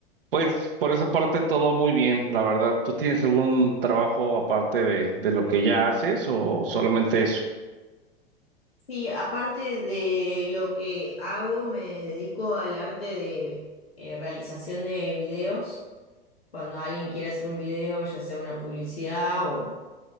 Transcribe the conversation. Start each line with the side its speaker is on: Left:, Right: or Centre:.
Right: pues por esa parte todo muy bien, la verdad. ¿Tú tienes algún trabajo aparte de, de lo que ya haces o solamente eso?
Left: Sí, aparte de lo que hago, me dedico al arte de eh, realización de videos. Cuando alguien quiere hacer un video, ya sea una publicidad o